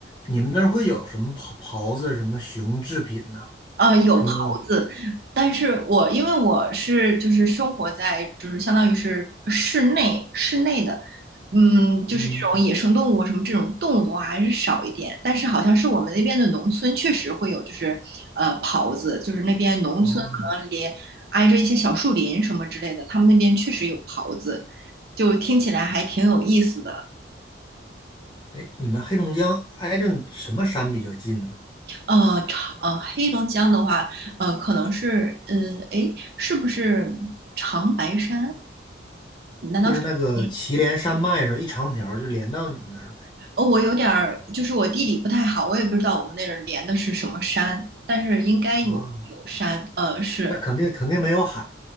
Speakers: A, on the left; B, on the right.
A: 你们那儿会有什么袍袍子、什么熊制品呢、
B: 呃，有狍子，
A: 什么
B: 但是我因为我是就是生活在就是相当于是室内室内的，嗯，就是这种野生动物什么这种动物的话还是少一点，
A: 嗯
B: 但是好像是我们那边的农村确实会有就是呃狍子，就是那边农村可能连挨着一些小树林什么之类的，
A: 哦，
B: 他们那边确实有狍子，就听起来还挺有意思的。
A: 哎，你们黑龙江挨着什么山比较近呢？
B: 呃，长呃，黑龙江的话，呃，可能是，嗯，诶，是不是长白山？
A: 就是那个祁连山脉上一长条儿就连到你们那儿呗。
B: 难道是？哦，我有点儿，就是我地理不太好，我也不知道我们那儿连的是什么山，但是应该有有山，
A: 啊，
B: 呃，是，
A: 那肯定肯定没有海